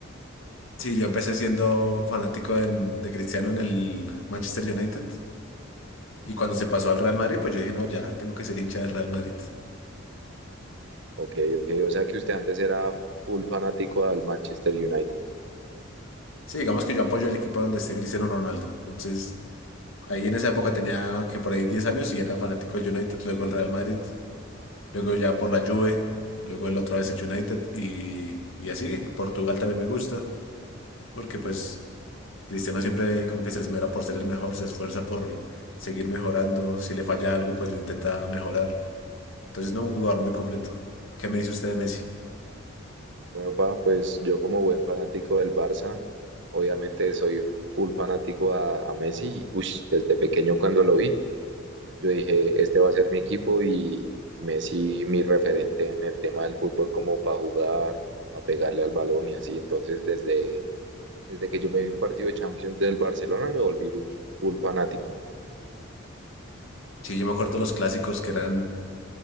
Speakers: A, on the left; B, on the right.
A: Sí, yo empecé siendo fanático en- de Cristiano en el Manchester United. Y cuando se pasó al Real Madrid, pues yo dije, no, ya, tengo que ser hincha del Real Madrid.
B: Ok, ok, o sea que usted antes era full fanático al Manchester United.
A: Sí, digamos que yo apoyo el equipo donde esté Cristiano Ronaldo. Entonces, ahí en esa época tenía que por ahí 10 años y era fanático del United, luego el Real Madrid, luego ya por la Juve, luego el otra vez el United y, y así. En Portugal también me gusta, porque pues... Cristiano siempre como que se esmera por ser el mejor, se esfuerza por seguir mejorando. Si le falla algo, pues lo intenta mejorar. Entonces, no, un jugador muy completo. ¿Qué me dice usted de Messi?
B: Bueno, pa, pues yo como buen fanático del Barça, obviamente soy full fanático a, a Messi, ush, desde pequeño cuando lo vi. Yo dije, este va a ser mi equipo y, y Messi mi referente en el tema del fútbol como para jugar, para pegarle al balón y así. Entonces, desde, desde que yo me vi un partido de Champions del Barcelona, me volví full fanático.
A: Sí, yo me acuerdo los clásicos que eran